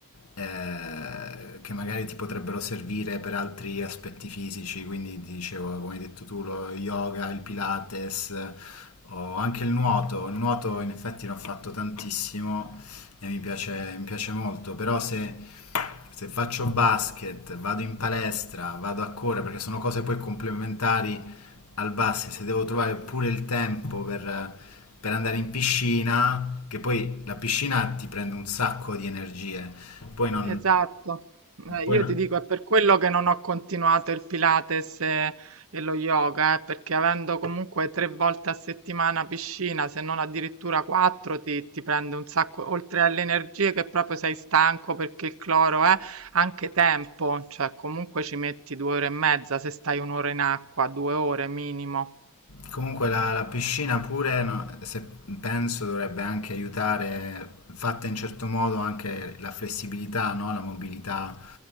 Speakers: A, on the left; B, on the right.
A: eh, che magari ti potrebbero servire per altri aspetti fisici, quindi ti dicevo, come hai detto tu, lo yoga, il pilates eh, o anche il nuoto. Il nuoto in effetti l'ho fatto tantissimo e mi piace, mi piace molto, però se, se faccio basket, vado in palestra, vado a correre, perché sono cose poi complementari al basket, se devo trovare pure il tempo per, per andare in piscina, che poi la piscina ti prende un sacco di energie, poi non...
B: Esatto. Eh,
A: Poi
B: Io
A: no-
B: ti dico, è per quello che non ho continuato il Pilates e, e lo yoga, eh, perché avendo comunque tre volte a settimana piscina, se non addirittura quattro, ti, ti prende un sacco, oltre alle energie che proprio sei stanco perché il cloro è, anche tempo, cioè comunque ci metti due ore e mezza se stai un'ora in acqua, due ore minimo.
A: Comunque la, la piscina pure, no, se penso, dovrebbe anche aiutare, fatta in certo modo, anche la flessibilità, no? La mobilità